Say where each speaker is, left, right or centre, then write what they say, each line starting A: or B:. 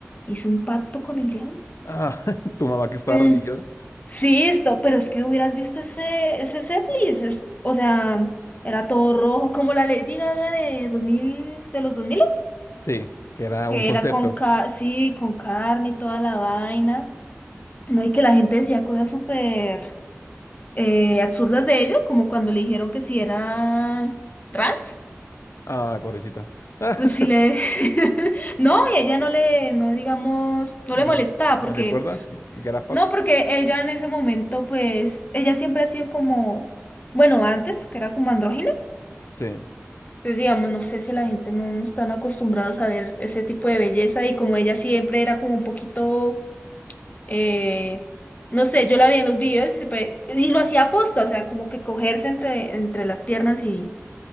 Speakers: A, on the left (about 35°); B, on the left (about 70°).
A: hizo un pacto con el diablo?
B: Ah, <laughs> tu mamá que estaba
A: Mm,
B: religiosa.
A: Sí, esto, pero es que hubieras visto ese, ese setlist, es- o sea, era todo rojo, como la Lady Gaga de dos mil de los 2000,
B: Sí, que era
A: que
B: un concepto.
A: era con, ca sí, con carne y toda la vaina, ¿no? Y que la gente decía cosas súper... eh, absurdas de ello, como cuando le dijeron que si era trans,
B: Ay, pobrecita. <laughs>
A: pues si le... <laughs> No, y ella no le, no digamos, no le
B: No,
A: molestaba,
B: le no
A: porque,
B: le importa. Get a
A: no,
B: fuck.
A: porque ella en ese momento, pues, ella siempre ha sido como, bueno, antes, que era como andrógina.
B: Sí.
A: Entonces, digamos, no sé si la gente no, no están acostumbrados a ver ese tipo de belleza y como ella siempre era como un poquito, eh, no sé, yo la vi en los videos y, siempre- y lo hacía aposta, o sea, como que cogerse entre, entre las piernas y,